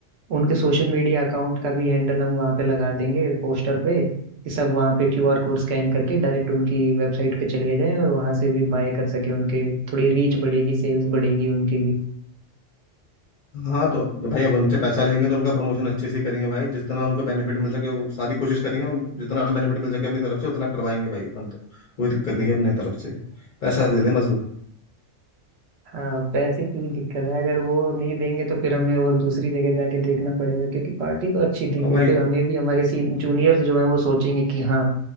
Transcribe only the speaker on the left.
हाँ तो तो भाई अब उनसे पैसा लेंगे तो उनका प्रमोशन अच्छे से करेंगे भाई जितना उनको बेनिफिट मिल सके वो सारी कोशिश करेंगे उन- जितना बेनिफिट मिल सके अपनी तरफ से उतना करवाएंगे भाई अपन तो कोई दिक्कत नहीं है अपने तरफ से पैसा दे दें बस वो
और भाई